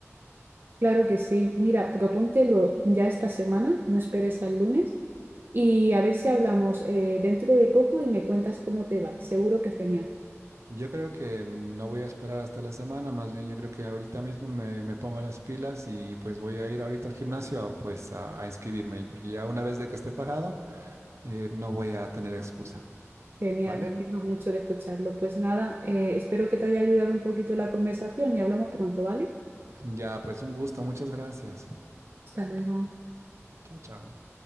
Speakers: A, on the right; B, on the right.
A: Claro que sí. Mira, propóntelo ya esta semana, no esperes al lunes y a ver si hablamos eh, dentro de poco y me cuentas cómo te va. Seguro que genial.
B: Yo creo que no voy a esperar hasta la semana, más bien yo creo que ahorita mismo me, me pongo las pilas y pues voy a ir ahorita al gimnasio pues a, a inscribirme, y porque ya una vez de que esté pagado, eh, no voy a tener excusa,
A: Genial,
B: ¿vale?
A: me alegro mucho de escucharlo. Pues nada, eh, espero que te haya ayudado un poquito la conversación y hablamos pronto, ¿vale?
B: Ya, pues un gusto, muchas gracias.
A: Hasta luego.
B: Chao, chao.